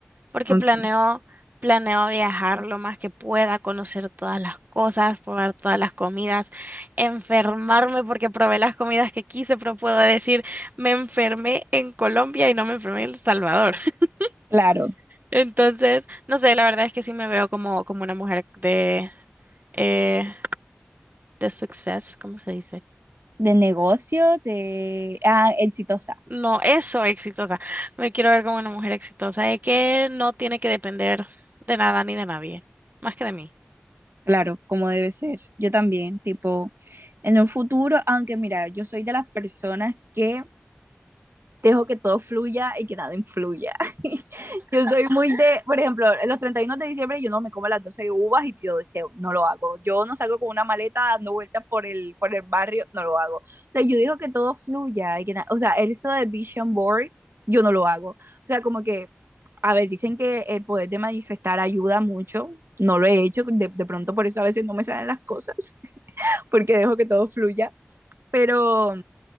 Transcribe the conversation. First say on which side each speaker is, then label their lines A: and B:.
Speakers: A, on the right; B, on the right.
A: porque
B: Ok,
A: planeo, planeo viajar lo más que pueda, conocer todas las cosas, probar todas las comidas, enfermarme porque probé las comidas que quise, pero puedo decir, me enfermé en Colombia y no me enfermé en El Salvador. <laughs>
B: claro.
A: Entonces, no sé, la verdad es que sí me veo como, como una mujer de, eh, de success, ¿cómo se dice?
B: De negocio, de... Ah, exitosa.
A: No, eso, exitosa. Me quiero ver como una mujer exitosa, de que no tiene que depender de nada ni de nadie, más que de mí.
B: Claro, como debe ser. Yo también, tipo, en un futuro, aunque mira, yo soy de las personas que dejo que todo fluya y que nada influya. <laughs> yo soy muy de, por ejemplo, los 31 de diciembre yo no me como las 12 uvas y pido deseo, no lo hago. Yo no salgo con una maleta dando vueltas por el, por el barrio, no lo hago. O sea, yo digo que todo fluya y que nada, o sea, eso de vision board, yo no lo hago. O sea, como que, a ver, dicen que el poder de manifestar ayuda mucho, no lo he hecho, de, de pronto por eso a veces no me salen las cosas, <laughs> porque dejo que todo fluya, pero